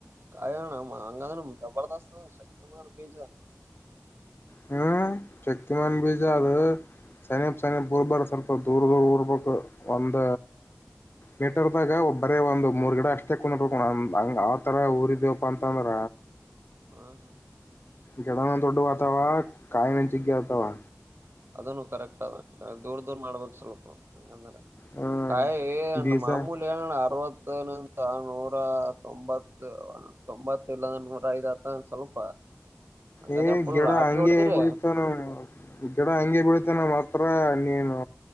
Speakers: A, on the right; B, on the left.
A: ಕಾಯಣ ಅಂಗ ಜಬರ್ದಸ್ತ ಶ ಮ ಬ.
B: ಹ್ಮ್ ಶಕ್ತಿಮಾನ ಬೀಜ ಅದು. ಸನಿಪ್ ಸನಿಪ್ ಊರಬಾರದು ಸ್ವಲ್ಪ ದೂರ ದೂರ ಉರ್ಬೇಕು ಒಂದ. ಮೀಟರ್ದಾಗ ಒಬ್ಬರೇ ಒಂದು ಮೂರ್ ಗಿಡ ಅಷ್ಟೇ ಕುಂದಕೊಂಡ ಹಂಗ ಆ ತರ ಊರದೇವಪ್ಪಾ ಅಂತಂದ್ರ.
A: <inaudible>
B: ಗಿಡ ನ ದೊಡವು ಅತವಾ ಕಾಯಿನ ಜಗ್ಗಿ ಆತವಾ.
A: ಅದನು ಕರೆಕ್ಟ್ ಅದ ದೂರ್ ದೂರ್ ಮಾಡ್ಬಬೇಕ ಸ್ವಲ್ಪ ಹಂಗಂದ್ರ.
B: ಹ್ಮ್
A: ಕಾಯ
B: ಬೀಜ
A: ಮಾಮೂಲಿ ಎಲ್ಲ ಅರ್ವ. ನೂರ ತೊಂಬತ್ತು ತೊಂಬತ್ತು ಇಲ್ಲಂದ ನೂರ ಐದ ಹತ್ತ ಸ್ವಲ್ಪ. ಹಂಗಾದ್ರೆ
B: ಏ
A: ಫುಲ್
B: ಗಿಡ
A: ಲಾಟ್ರಿ
B: ಅಂಗೆ
A: ಹೊಡದಿರಿ
B: ಬಿಳಿತವ ನಮ್ದು. ಗಡ ಹಂಗೆ ಬಿಡುತ್ತೆ ನ ಹತ್ರ ನೀನು.